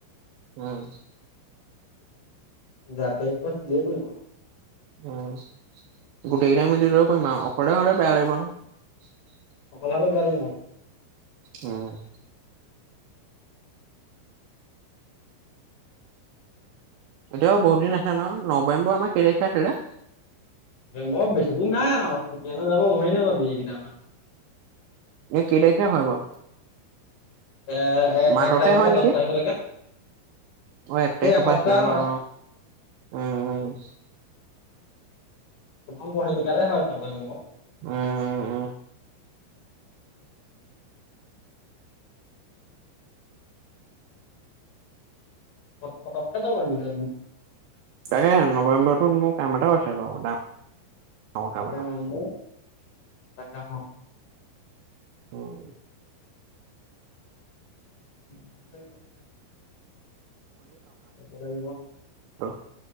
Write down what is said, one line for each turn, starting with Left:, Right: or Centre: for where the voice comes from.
Right: উম,
Left: যাতে এক কছ দেই কৰিব।
Right: উম গোটেই কেইটাই মিলি লৈ কৰিম আৰু অকলে হ'লে বেয়া লাগিব নহয়।
Left: অকল হ'লে বেয়া লাগিব।
Right: উম এতিয়াও বহুত দিন আছে নহয়। নৱেম্বৰ আমাৰ কেই তাৰিখে আছিলে?
Left: বৰ বেছিদিন নাই আৰু, কেতিয়ানো যাব ঘুৰি নাপাবি এইকেইটা মা'হ
Right: কেই তাৰিখে হয় বাৰু?
Left: এ এ এক
Right: মাজতে
Left: তাৰিখৰ
Right: হয়
Left: পৰা
Right: নেকি?
Left: দহ তাৰিখলৈকে।
Right: অ' এক তাৰিখৰ
Left: এই এসপ্তাহ
Right: পৰা আছিলে
Left: হয়।
Right: ন? উম উম
Left: প্ৰথম পঢ়িছো কাৰনে হয় নবেম্বৰত।
Right: উম উম উম
Left: প পতকে যাব এই কেইতা দিন।
Right: তাকে নৱেম্বৰটোত মোৰ কাম এটাও আছে বাৰু ডাঙৰ
Left: তাকে
Right: কাম এটা
Left: আৰম্ভ কৰো। ত <unintelligible>
Right: উম
Left: সব <unintelligible> আহিব লাগিব।
Right: অ'